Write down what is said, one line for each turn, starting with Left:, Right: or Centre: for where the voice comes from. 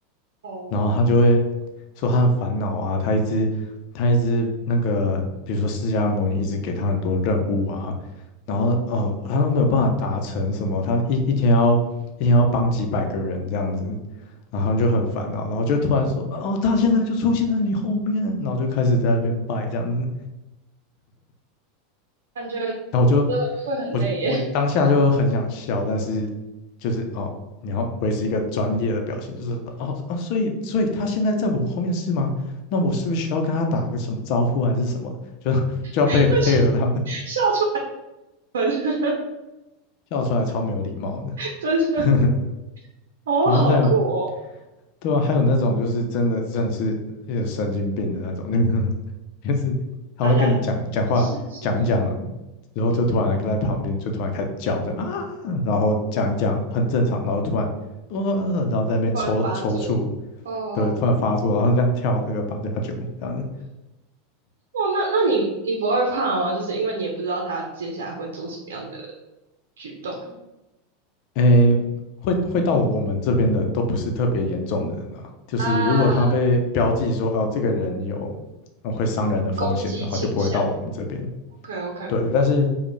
Right: 哦，
Left: 然后他就会说他很烦恼啊，他一直他一直那个，比如说释迦牟尼一直给他很多任务啊，然后哦，他都没有办法达成什么，他一一天要一天要帮几百个人这样子，然后他们就很烦恼，然后就突然说哦，他现在就出现在你后面，然后就开始在那边拜这样子，然
Right: 感觉
Left: 后我就
Right: 这会很累耶，
Left: 我就我当下就很想笑，但是就是哦，你要维持一个专业的表情，就是哦哦，所以所以他现在在我后面是吗？那我是不是需要跟他打个什么招呼还是什么？就 <laughs> 就要配合配合他们，
Right: <laughs> 会笑出门，
Left: 笑出来超没有礼貌的。
Right: <laughs> 真的。
Left: <laughs>
Right: 哦，
Left: 然后还有
Right: 好酷哦！
Left: 对啊，还有那种就是真的真的是有神经病的那种，那个 <laughs> 就是他会跟你讲讲话讲一讲，
Right: 大家细数的时候，
Left: 然后就突然在旁边就突然开始叫着啊，
Right: 嗯，
Left: 然后讲一讲很正常，然后突然呃、然后在那边抽抽搐，
Right: 突然发作。哦，
Left: 对，突然发作，然后这样跳那个八加九这样，
Right: 哦，那那你你不会怕吗？就是因为你也不知道他接下来会做什么样的举动。
Left: 诶，会会到我们这边的都不是特别严重的人啊，就是如果他被标记说哦这个人有呃会伤人的风险的话，
Right: 啊，攻击倾向。
Left: 就不会到我们这边。
Right: OK OK，
Left: 对，但是